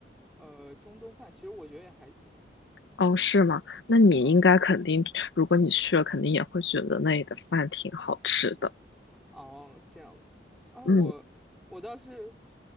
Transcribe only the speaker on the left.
哦，是吗？那你应该肯定，
如果你去了，肯定也会觉得那里的饭挺好吃的。
嗯